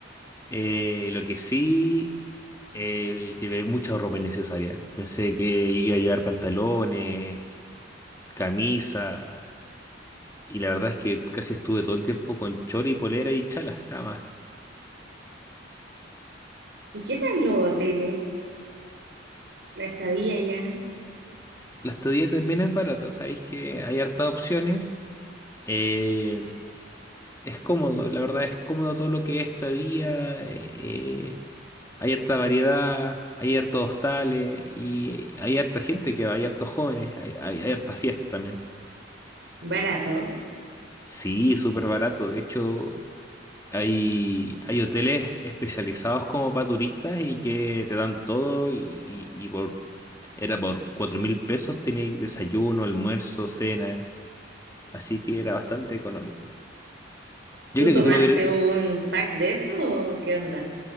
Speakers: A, on the left; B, on the right.
A: Eh, lo que sí, eh, llevé mucha ropa innecesaria. Pensé que iba a llevar pantalones, camisa. Y la verdad es que casi estuve todo el tiempo con chori, polera y chalas, nada más.
B: ¿Y qué tal los hoteles? La estadía ya,
A: La estadía también es barata, sabéis que hay hartas opciones. Eh, es cómodo, la verdad es cómodo todo lo que es estadía. eh, eh, hay harta variedad, hay hartos hostales y hay harta gente que va, hay hartos jóvenes, hay, hay, hay hartas fiestas también.
B: barato.
A: Sí, es súper barato. De hecho, hay, hay hoteles especializados como para turistas y que te dan todo y, y- y por Era por cuatro mil pesos, tenía desayuno, almuerzo, cena, así que era bastante económico. Yo
B: ¿Tú
A: creo
B: tomaste
A: que tú lo hubieras...
B: un pack de eso o qué onda?